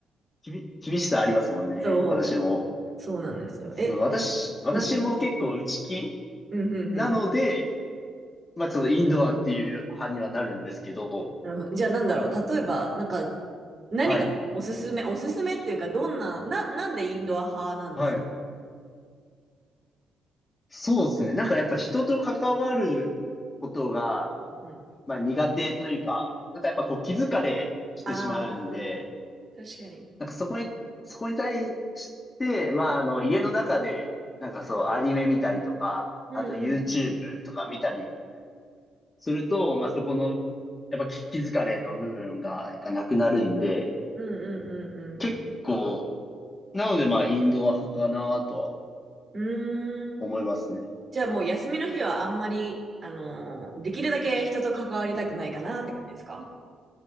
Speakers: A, on the left (about 25°); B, on the right (about 40°).
A: きび、厳しさありますもんね。
B: そう。
A: 私も。
B: そうなんですよ。
A: そう、
B: え、
A: 私、私も結構内気
B: うん、うん、うん、
A: なので、
B: うん。
A: まあ、そのインドアっていう派にはなるんですけど、
B: なるほど。じゃあなんだろう。例えば、なんか、何がおすすめ、
A: はい、
B: おすすめっていうか、どんな、な、なんでインドア派なんですか
A: はい。そうですね。なんかやっぱ人と関わることが、
B: うん
A: まあ苦手というか、なんかやっぱこう気疲れしてしまうんで、
B: ああ、確かに。
A: なんかそこに、そこに対して、まああの家の中で、なんかそうアニメ見たりとか、
B: うんうん
A: あと YouTube とか見たりすると、まあそこの、やっぱ気疲れの部分がやっぱなくなるんで、
B: うんうんうんうん
A: 結構、なのでまあインドア派かなとは
B: うん。うーん。
A: 思いますね。
B: じゃあもう休みの日はあんまり、あのーできるだけ人と関わりたくないかなって感じですか